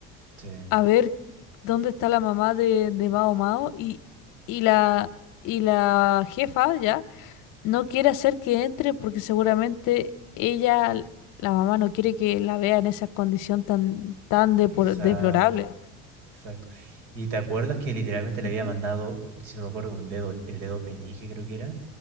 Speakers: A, on the right; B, on the left.
A: sí,
B: a ver dónde está la mamá de, de Mao Mao y, y la, y la jefa ya no quiere hacer que entre porque seguramente ella, la mamá, no quiere que la vea en esa condición tan, tan depor-
A: exacto,
B: deplorable.
A: exacto. ¿Y te acuerdas que literalmente le
B: Ujú.
A: había mandado, si no me acuerdo, un dedo, el dedo peñique creo que era,